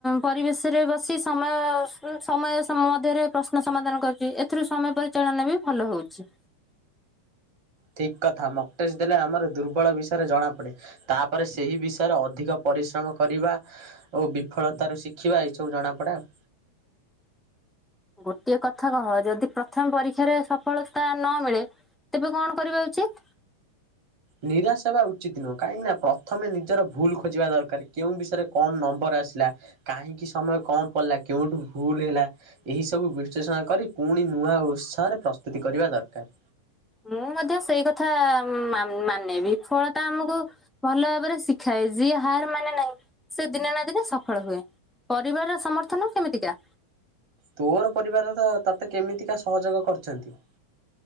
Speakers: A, in the centre; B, on the right.
A: ପରିବେଶରେ ବସି ସମୟ ସନ୍ ସମୟ ମଧ୍ୟରେ ପ୍ରଶ୍ନ ସମାଧାନ କରୁଚି। ଏଥିରୁ ସମୟ ପରିଚାଳନା ବି ଭଲ ହୋଉଛି।
B: ଠିକକଥା ମକ୍ ଟେଷ୍ଟ୍ ଦେଲେ ଆମର ଦୁର୍ବଳ ବିଷୟରେ ଜଣାପଡେ। ତାପରେ ସେହି ବିଷୟରେ ଅଧିକ ପରିଶ୍ରମ କରିବା ଓ ବିଫଳତାରୁ ଶିଖିବା ଏହିସବୁ ଜଣା ପଡା ଆଉ।
A: ଗୋଟିଏ କଥା କହ ଯଦି ପ୍ରଥମ ପରୀକ୍ଷାରେ ସଫଳତା ନ ମିଳେ ତେବେ କଣ କରିବା ଉଚିତ୍?
B: ନିରାଶ ହେବା ଉଚିତ ନୁହଁ କାହିଁକିନା ପ୍ରଥମେ ନିଜର ଭୁଲ ଖୋଜିବା ଦରକାର କେଉଁ ବିଷୟରେ କମ୍ ନମ୍ବର ଆସିଲା କାହିଁକି ସମୟ କମ୍ ପଡିଲା କେଉଁଠୁ ଭୁଲ ହେଲା ଏହି ସବୁ ବିଶ୍ଳେଷଣ କରି ପୁଣି ନୂଆ ଉତ୍ସାହରେ ପ୍ରସ୍ତୁତି କରିବା ଦରକାର।
A: ମୁଁ ମଧ୍ୟ ସେଇ କଥା ମା ମାନେ ବିଫଳତା ଆମକୁ ଭଲ ଭାବରେ ଶିଖାଏ ଯିଏ ହାର ମାନେ ନାହିଁ ସେ ଦିନେ ନା ଦିନେ ସଫଳ ହୁଏ। ପରିବାରର ସମର୍ଥନ କେମିତିକା?
B: ତୋର ପରିବାରରେ ତ ତତେ କେମିତିକା ସହଯୋଗ କରିଚନ୍ତି?